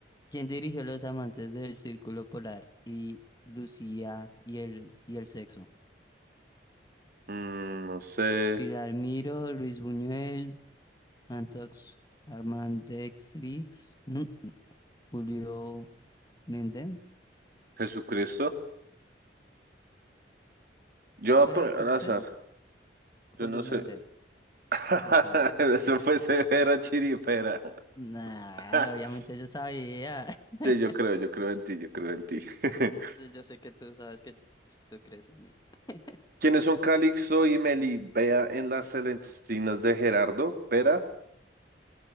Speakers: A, on the left (about 20°); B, on the right (about 55°).
A: ¿Quién dirigió Los Amantes del Círculo Polar y Lucía y el, y el Sexo?
B: Mm, no sé,
A: Pilar Miro, Luis Buñuel, Antox Armandextrix, ujú, Julio Mendem.
B: Jesucristo. Yo voy
A: Fuera
B: a poner
A: de chiste,
B: al azar, yo
A: Julio
B: no sé.
A: Mendem.
B: <laughs>
A: Así es.
B: Eso fue severa chiripera.
A: Nah,
B: <laughs>
A: obviamente yo sabía. <laughs>
B: Sí, yo creo, yo creo en ti, yo creo en ti. <laughs>
A: Sí, yo sé que tú sabes que tú crees en mí. <laughs>
B: ¿Quiénes son Calixto y Melibea en las Celestinas de Gerardo? Pera,